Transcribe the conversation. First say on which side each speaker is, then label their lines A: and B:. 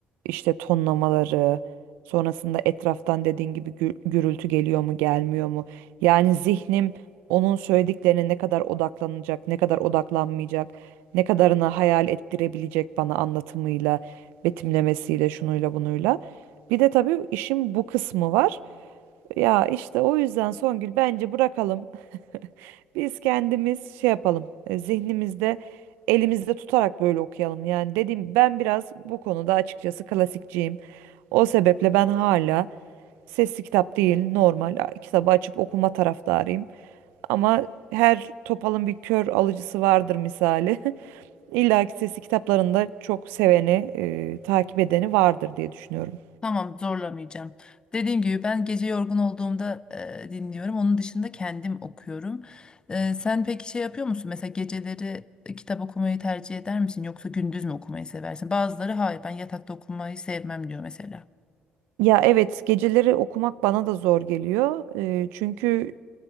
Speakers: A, on the right; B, on the left.
A: işte tonlamaları, sonrasında etraftan dediğin gibi gü- gürültü geliyor mu, gelmiyor mu? Yani zihnim onun söylediklerine ne kadar odaklanacak, ne kadar odaklanmayacak, ne kadarını hayal ettirebilecek bana anlatımıyla, betimlemesiyle, şunuyla bunuyla. Bir de tabii işin bu kısmı var. Ya işte o yüzden Songül bence bırakalım biz kendimiz şey yapalım, e, zihnimizde elimizde tutarak böyle okuyalım. Yani dediğim ben biraz bu konuda açıkçası klasikçiyim. O sebeple ben hala sesli kitap değil normal a- kitabı açıp okuma taraftarıyım. Ama her topalın bir kör alıcısı vardır misali. <laughs> İlla ki sesli kitaplarında çok seveni, e, takip edeni vardır diye düşünüyorum.
B: Tamam zorlamayacağım. Dediğim gibi ben gece yorgun olduğumda e, dinliyorum. Onun dışında kendim okuyorum. E, sen peki şey yapıyor musun? Mesela geceleri e, kitap okumayı tercih eder misin? Yoksa gündüz mü okumayı seversin? Bazıları hayır ben yatakta okumayı sevmem diyor mesela.
A: Ya evet geceleri okumak bana da zor geliyor. E, çünkü